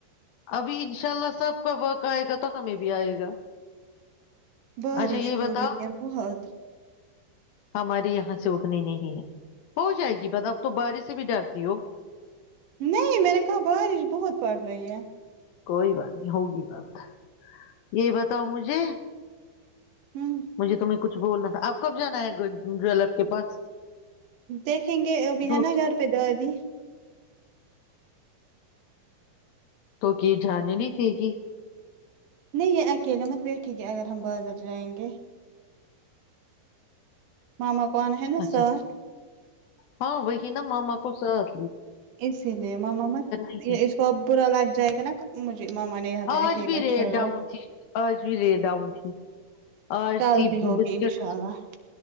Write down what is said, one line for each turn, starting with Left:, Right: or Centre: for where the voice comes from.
Left: ابھی انشاء اللہ سب کا وقت آئے گا تو ہمیں بھی آئے گا
Right: بارش
Left: اچھا یہ
Right: ہو
Left: بتا
Right: رہی ہے بہت
Left: ہماراری یہاں سے اتنی نہیں ہے ہو جائے گی بات اب تو بارش سے بھی ڈرتی ہو
Right: نہیں میں نے کہا بارش بہت پڑ رہی ہے
Left: کوئی بات نہیں ہوگی بات یہی بتاؤ مجھے
Right: ہوں
Left: مجھے تمیں کچھ بولنا تھا اب کب جانا ہے جیلر کے پاس
Right: دیکھیں گے اب
Left: دو
Right: ہے نا گھر پہ دادی
Left: تو کی جانانی نہیں تھی کہ
Right: نہیں یہ اکیلے مت بیٹھے گی اگر ہم بازر جائیں گے مما پان ہے نہ
Left: اچھا
Right: ساات
Left: ہاں وہ نا ماما کو ست
Right: اسی لیے ماماا
Left: نہیں
Right: یہ اس کو اب برا لگ جائے گا نا مجھے ماما نے یہاں پہ
Left: آج
Right: اکیلا
Left: بھی ری
Right: چھوڑا
Left: ڈاؤن تھی آج بھی ری ڈاؤن تھی آج
Right: کل
Left: تھی
Right: بھی ہوگی
Left: بسکٹ
Right: انشاء اللہ